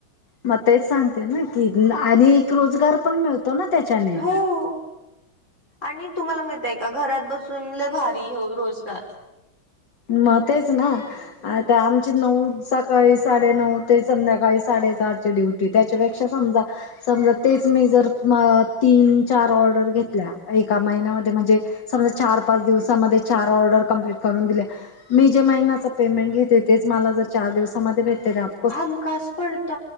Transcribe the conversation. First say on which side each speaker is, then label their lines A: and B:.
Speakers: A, on the left (about 60°); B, on the left (about 35°).
A: मग तेच सांगते ना की आणि रोजगार पण मिळतो ना त्याच्याने
B: हो आणि तुम्हाला माहितय का घरात बसून लय भारी ह्यो रोजगार.
A: म तेच ना आता आमची नऊ सकाळी साडेनऊ ते संध्याकाळी साडेसहा ची ड्युट टी त्याच्यापेक्षा समजा समजा तेच मी जर म तीन चार ऑर्डर घेतल्या एका महिन्यामध्ये म्हणजे समजा चार पाच दिवसामध्ये चार ऑर्डर कंप्लीट करून दिल्या मी जे महिन्याच पेमेंट घेते तेच मला जर चार दिवसामध्ये भेटते ते आप
B: हमखास पडत